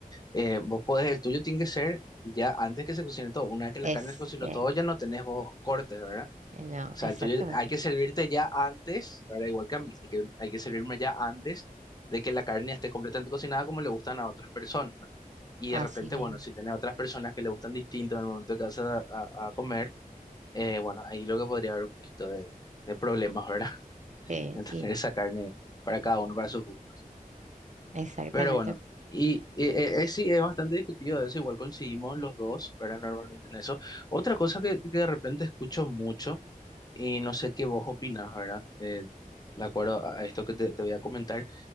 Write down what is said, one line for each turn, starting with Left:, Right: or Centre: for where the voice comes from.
Left: Eh, vos podés, el tuyo tiene que ser ya antes que se cocine todo. Una vez que la
Right: Es,
Left: carne se cocinó
Right: eh,
Left: todo, ya no tenés vos cortes, ¿verdad?
Right: no,
Left: O sea,
Right: exactamente,
Left: el tuyo hay que servirte ya antes, ¿verdad? Igual que a mí, hay que, hay que servirme ya antes de que la carne ya esté completamente cocinada como le gustan a otras personas. Y
Right: así
Left: de repente,
Right: mismo.
Left: bueno, si tenés otras personas que le gustan distinto en el momento que vas a, a- a comer, eh, bueno, ahí lo que podría haber un poquito de, de problemas, ¿verdad? <laughs>
Right: Sí,
Left: En tener
Right: y
Left: esa carne para cada uno, para sus gustos.
Right: exactamente.
Left: Pero bueno, y eh, eh, eh, sí, es bastante discutido eso, igual coincidimos los dos, ¿verdad? Normalmente en eso. Otra cosa que, que de repente escucho mucho, y no sé qué vos opinás, ¿verdad? Eh, de acuerdo a a esto que te, te voy a comentar,